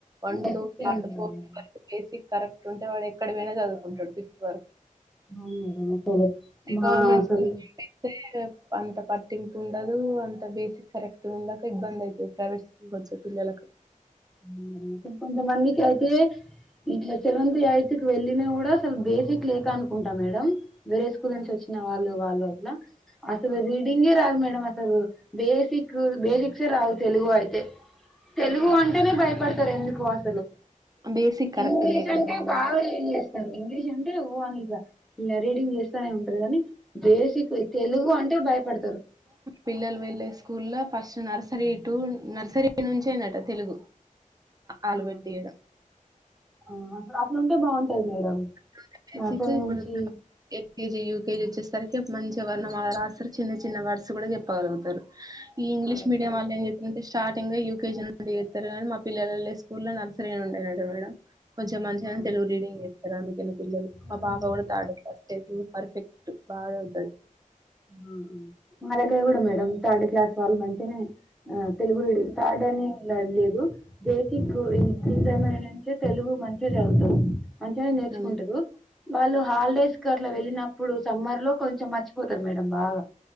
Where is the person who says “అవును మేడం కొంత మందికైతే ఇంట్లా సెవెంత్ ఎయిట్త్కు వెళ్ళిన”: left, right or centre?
Centre